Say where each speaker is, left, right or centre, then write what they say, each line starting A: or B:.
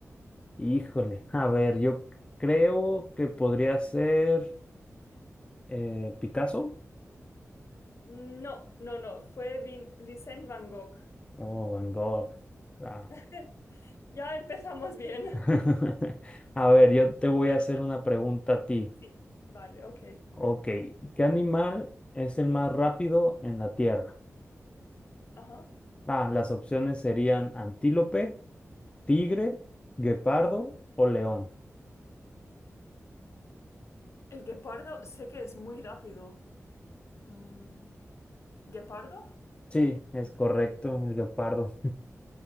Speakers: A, on the left; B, on the left.
A: Híjole, a ver, yo c- creo que podría ser eh, Picasso
B: No, no, no, fue Vin Vincent Van Gogh.
A: o Van Gogh, claro.
B: <laughs> Ya empezamos bien.
A: <laughs> A ver, yo te voy
B: No,
A: a hacer
B: no,
A: una pregunta a ti.
B: sí, vale, ok.
A: Ok, ¿qué animal es el más rápido en la Tierra?
B: Ajá.
A: Ah, las opciones serían antílope, tigre, guepardo o león.
B: El guepardo sé que es muy rápido. Mm, ¿guepardo?
A: Sí, es correcto,
B: Sí.
A: el guepardo.